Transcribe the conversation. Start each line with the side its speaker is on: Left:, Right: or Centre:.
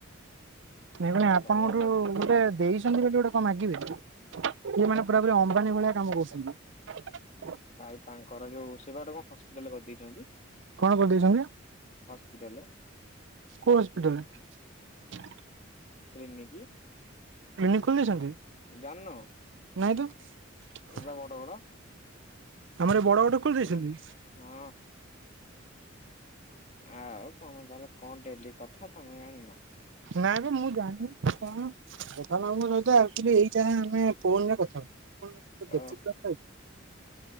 Right: ନାଇ ମାନେ
Left: ନା
Right: ଆପଣଙ୍କର
Left: ଦୟା ଭାବ
Right: ଗୋଟେ ଦେଇ ବୋଲି ଗୋଟେ କଣ ମାଗିବେ, ସେଏ ମାନେ ପୁରା ପ ଅମ୍ବାନୀ ଭଳିଆ କାମ କରୁଛନ୍ତି।
Left: ଭାଇ ତାଙ୍କର ଯୋଉ ସେବାଟା କଣ ହସ୍ପିଟାଲରେ କରିଦେଇଛନ୍ତି।
Right: କଣ କରିଦେଇଛନ୍ତି?
Left: ହସ୍ପିଟାଲ
Right: କଉ ହସ୍ପିଟଲରେ?
Left: ହେଇନିକି?
Right: କ୍ଲିନିକ ଖୋଲି ଦେଇେଇଛନ୍ତି?
Left: ଜାଣିନ।
Right: ନାଇଁ ତ।
Left: ଏଇବା ବଡ ବଡ
Right: ଆମର ଏ ବଡ ଗଟେ ଖୋଲି ଦେଇେଇଛନ୍ତି?
Left: ଏ ହଁ ଆଉ ତମେ ତାହଲେ କଣ ଡେଲି କଥା ତମେ ଜାଣିନ।
Right: ନାଁ ମୁଁ ଜାଣିନି କଣ? <unintelligible> ଏଇ ଯାଁ ଆମେ ଫୋନରେ କଥା ହଁ ତ ଦେଖୁଛୁ
Left: ଓହୋ।